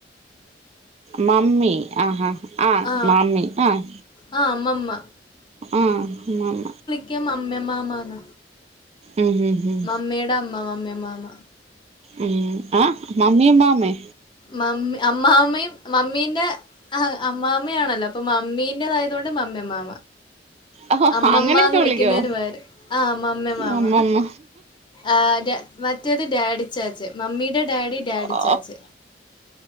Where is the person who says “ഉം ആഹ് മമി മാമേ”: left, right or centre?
Right